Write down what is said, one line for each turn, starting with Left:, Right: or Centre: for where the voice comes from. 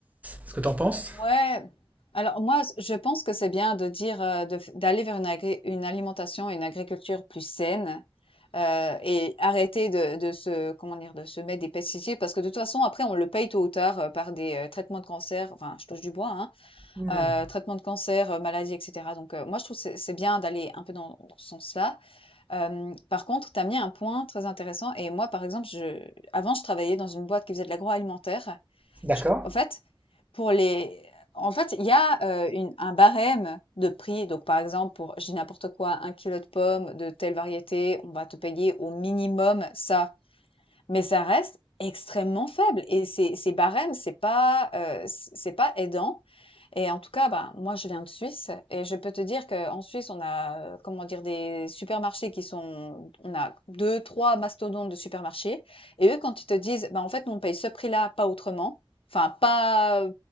Right: ce que t'en penses.
Left: Ouais. Alors moi, c- je pense que c'est bien de dire euh, de f- d'aller vers une, agré- une alimentation, une agriculture plus saine euh, et arrêter de, de se comment dire de se mettre des pesticides parce que de toute façon après on le paye tôt ou tard euh, par des euh, traitements de cancer. Enfin, je touche du bois, hein,
Right: Mmh.
Left: euh, traitements de cancer, euh, maladies, etc. Donc euh, moi je trouve que c'est c'est bien d'aller un peu dans, dans ce sens-là. Euh, par contre, tu as mis un point très intéressant et moi par exemple, je avant je travaillais dans une boîte qui faisait de l'agroalimentaire.
Right: D'accord.
Left: Je- En fait. Pour les en fait, il y a, heu, une un barème de prix. Donc par exemple, pour je dis n'importe quoi, un kilo de pommes de telle variété, on va te payer au minimum ça. Mais ça reste extrêmement faible et ces ces barèmes, c'est pas, heu, c c'est pas aidant et en tout cas, bah, moi, je viens de Suisse et je peux te dire qu'en Suisse, on a, euh, comment dire, des supermarchés qui sont, on a deux, trois mastodontes de supermarchés. Et eux, quand ils te disent, bah, en fait, nous, on paye ce prix-là, pas autrement, enfin, pas,